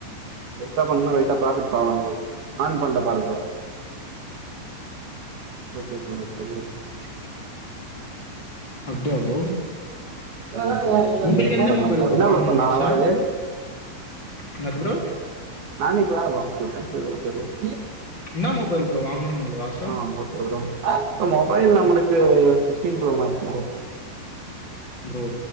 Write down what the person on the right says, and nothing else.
வெயிட்டா பண்ணா வெயிட்டா ப்ராஃபிட் பாக்கலா ப்ரோ ஆன் பண்ட்ட பாரு ப்ரோ கொஞ்ச பொறு <unintelligible>
<inaudible> இப்ப
நீங்க சொல்றதுது
ப்ரோ என்னா
ப்ரோ இவளோ நாளாவுது
நானு இப்பதா அனுப்ச்சிவுட்ட <unintelligible>
ஆ ஓகே ப்ரோ இப்ப மொபைல் நம்மளுக்கு sixteen bro maths bro